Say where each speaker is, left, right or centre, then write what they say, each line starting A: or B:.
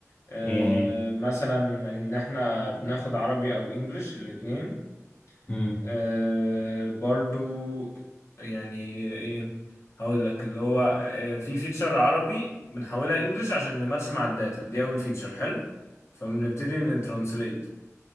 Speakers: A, on the left; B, on the left.
A: آه،
B: ايه هي
A: مثلا ان احنا بناخد عربي او انجليش الاتنين
B: امم
A: آه برضو يعني ايه هقول لك اللي هو آه في فيتشر عربي بنحولها انجلش عشان نماتش مع الداتا دي اول فيتشر حلو فبنبتدي نترانسليت